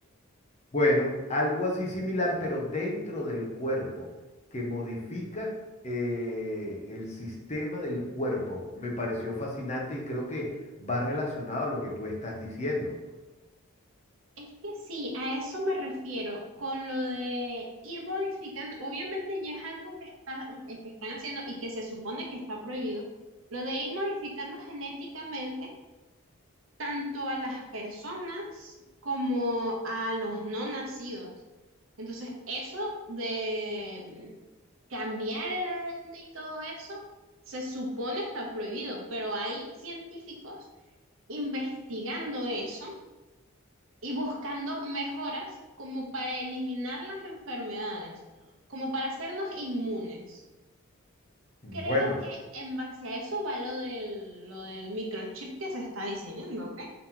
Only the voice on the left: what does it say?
Bueno, algo así similar, pero dentro del cuerpo, que modifica eh, el sistema del cuerpo. Me pareció fascinante y creo que va relacionado a lo que tú estás diciendo.
Bueno,